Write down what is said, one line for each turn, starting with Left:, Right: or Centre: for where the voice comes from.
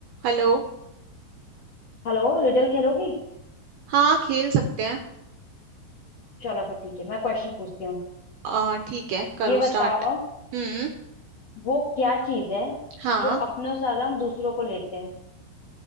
Right: हेलो
Left: हेलो रिडल खेलोगी
Right: हाँ खेल सकते हैं
Left: चलो फिर ठीक है मैं क्वेश्चन पूछती हूँ
Right: आ ठीक है करो
Left: ये बताओ
Right: स्टार्ट हम्म
Left: वो क्या चीज है
Right: हाँ
Left: जो अपनों से ज्यादा हम दूसरों को लेते हैं